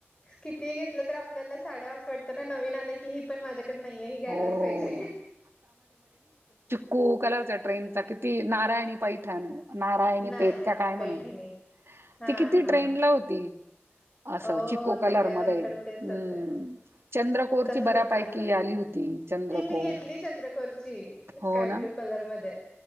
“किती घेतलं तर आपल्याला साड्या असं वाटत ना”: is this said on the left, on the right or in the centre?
Left